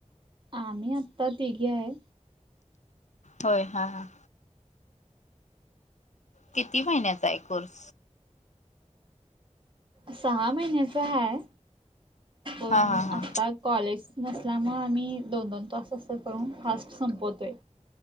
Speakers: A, on the right; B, on the left.
A: आम्ही आत्ता तघे आहे.
B: होय हा हा. किती महिन्याचा आहे कोर्स.
A: सहा महिन्याचा हा पण
B: हा हा हा
A: आता कॉलेज नसल्यामुळं आम्ही दोन दोन तास असं करून फास्ट संपवतो आहे.